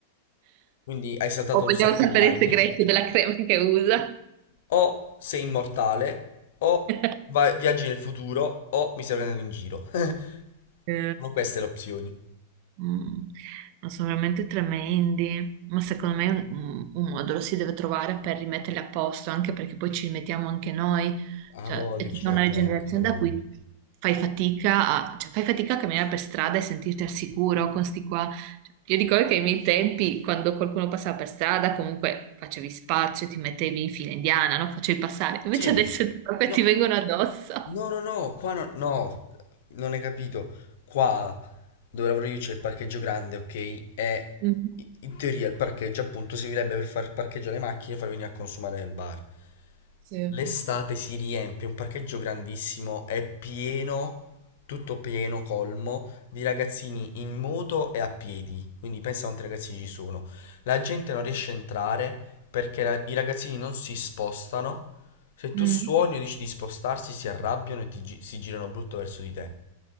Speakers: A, on the left; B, on the right.
A: quindi hai saltato
B: o
A: un
B: vogliamo
A: sacco
B: sapere
A: di anni,
B: i segreti della crema che usa?
A: o sei immortale, o
B: <laughs>
A: vai- viaggi nel futuro, o mi stai prendendo in giro. <laughs>
B: Sì.
A: Sono queste le opzioni.
B: Mm, no, sono veramente tremendi, ma secondo me un, un modo lo si deve trovare per rimetterli a posto, anche perché poi ci rimettiamo anche noi,
A: A
B: cioè
A: voglia,
B: è tutta
A: ci
B: una
A: mettiamo
B: generazione
A: anche noi.
B: da cui fai fatica a, cioè, fai fatica a camminare per strada e sentirti al sicuro con sti qua. Cioè, io ricordo che ai miei tempi, quando qualcuno passava per strada, comunque facevi spazio, ti mettevi in fila indiana, no? Facevi passare, invece
A: Sì,
B: adesso proprio
A: no,
B: ti vengono addosso.
A: No, no, no, qua no, no, non hai capito. Qua dove lavoro io c'è il parcheggio grande, ok? E
B: Mm,
A: in teoria il parcheggio appunto servirebbe per far parcheggiare le macchine e far venire a consumare nel bar.
B: Sì.
A: L'estate si riempie, un parcheggio grandissimo, è pieno, tutto pieno, colmo, di ragazzini in moto e a piedi. Quindi pensa quanti ragazzini ci sono. La gente non riesce a entrare perché la- i ragazzini non si spostano se tu
B: Mm.
A: suoni o dici di spostarsi, si arrabbiano e ti gi- si girano brutto verso di te.